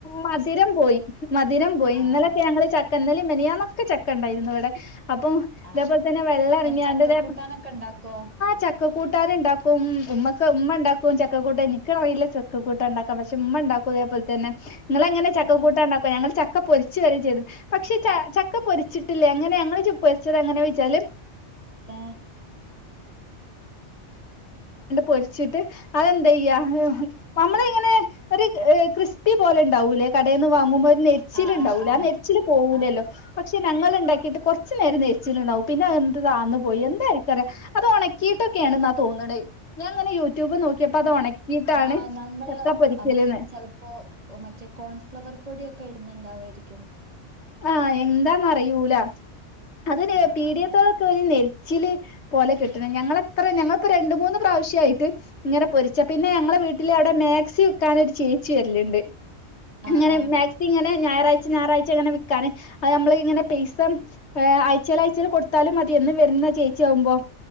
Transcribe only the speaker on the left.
മധുരം പോയി മധുരം പോയി
ഇന്നലൊക്കെ ഞങ്ങള് ച ക്ക ഇന്നലിം മിനിയാന്നൊക്കെ ചക്ക ഇണ്ടായിരുന്നു ഇവടെ അപ്പം
തേപോലെ തന്നെ വെള്ള റങ്ങിയാണ്ട്തെ
ചക്ക കൂട്ടാന ഉണ്ടാക്കും ഉമ്മക്കക്ക് ഉമ്മ ഉണ്ടാക്കും ചക്ക കൂട്ടാന് എനിക്കറിയില്ല ചക്ക കൂട്ട ഉണ്ടാക്കാം പക്ഷെ ഉമ്മ ഉണ്ടാക്കും അതേപോലെ തന്നെ നിങ്ങെളെങ്ങനെ ചക്ക
കൂട്ടാ
ഉണ്ടാക്കോ ഞങ്ങള് ചക്ക പൊരിച്ചു വരെ ചെയ്തു പക്ഷെ ച ചക്ക പൊരിച്ചിട്ടില്ലേ ങ്ങനെ ഞങ്ങള് പൊരിച്ചത് എങ്ങനെ വെച്ചാല്
ണ്ട് പൊരിച്ചിട്ട് അതെന്തായ്യ നമ്മള് ഇങ്ങനെ ഒരു ക്രിസ്പി പോലെ ഉണ്ടാവൂലേ കടയിൽന്ന് വാങ്ങുമ്പോ ശീലുണ്ടാവൂല്ല
ആ നെരിച്ചിലില് പോവൂലല്ലോ
പക്ഷെ ഞങ്ങൾ ഉണ്ടാക്കിയിട്ട് കുറച്ച് നേരം നേരിച്ചിൽണ്ടാവും പിന്നെ എന്ത്‌താന്നു പോയി എന്തായിരിക്കുംറ അത് ഉണക്കിയിട്ടൊക്കെയണെന്നാ തോന്നണേ ഞാൻ ഇങ്ങെനെ യൂട്യൂബ് നോക്കി ക്കിയപ്പ അത് ഉണക്കിയിട്ടാണ്
ചക്ക പൊരിക്കില്ന്ന്
ആഹ എന്താന്നറിയൂല അത്
പീടിയത്തോളൊക്കെ
ഒരു നെരിച്ചില് പോലെ കിട്ടണം ഞങ്ങളെത്രെ ഞങ്ങിളിപ്പോ രണ്ട് മൂന്ന് പ്രാവശ്യയിട്ട് ഇങ്ങനെ പൊരിച്ച പിന്നെ ഞങ്ങളെ വീട്ടിൽ അവിടെ മാക്സി വക്കാനൊരു ചേച്ചി വരലുണ്ട് ഇങ്ങനെ
മാക്സി ഇങ്ങനെ ഞായറാഴ്ച ഞായറാഴ്ച അങ്ങനെ വിൽക്കാന് അത് നമ്മള് ഇങ്ങനെ പൈസ ഏ ആഴ്ചയിൽ അയച്ചയിൽ കൊടുത്താലും മതിയൊന്ന് വരുന്ന ചേച്ചി ആവുമ്പോ